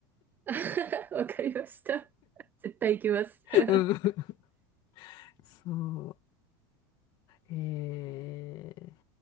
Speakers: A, on the right; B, on the left.
A: <laughs> わかりました。絶対行きます。
B: <laughs>
A: <laughs>
B: うん。<laughs> そう。えー